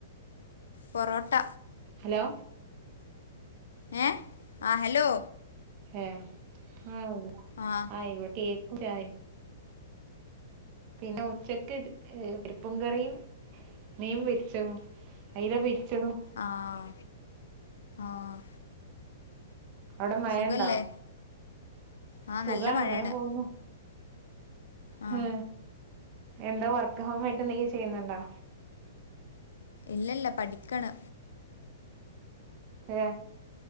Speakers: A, on the left; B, on the right.
A: പൊറോട്ട
B: ഹലോ
A: ഏഹ് അഹ് ഹലോ
B: ഏഹ് ഹാലൊ
A: ആഹ്
B: ആഹ് ഇവിടെ കേക്കും ചായേം പിന്നെ ഉച്ചക്ക് പരിപ്പും കറിയും മീൻ പൊരിച്ചതും അയില പൊരിച്ചതും
A: ആഹ് ആഹ്
B: അവിടെ മഴ
A: സുഖല്ലേ
B: ഉണ്ടോ
A: ആ
B: സുഖാണ്
A: നല്ല മഴയാണ്
B: അങ്ങനെ പോകുന്നു
A: ആ
B: ഹ് എന്താ വർക്ക് ഹോം ആയിട്ട് എന്തേം ചെയ്യുന്നുണ്ടോ
A: ഇല്ല ഇല്ല പഠിക്കാണ്
B: ഹ്എ